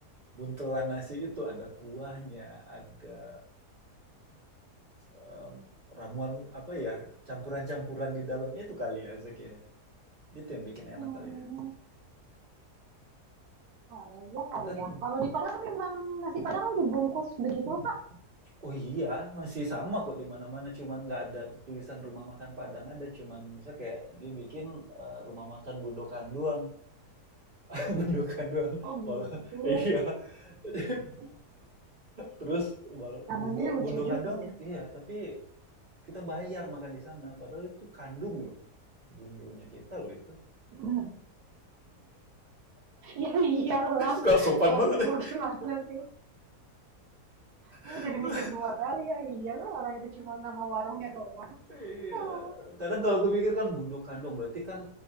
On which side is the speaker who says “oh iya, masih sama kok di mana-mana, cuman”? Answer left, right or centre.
Right